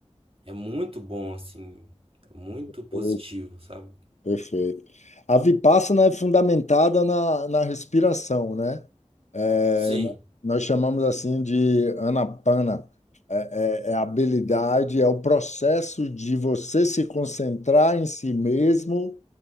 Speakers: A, on the right (about 55°); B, on the left (about 80°).
A: é muito bom, assim, é muito positivo,
B: Per-
A: sabe?
B: Perfeito. A Vipassana é fundamentada na, na respiração, né? É,
A: Sim,
B: n- nós chamamos assim de anapana. É, é a habilidade, é o processo de você se concentrar em si mesmo,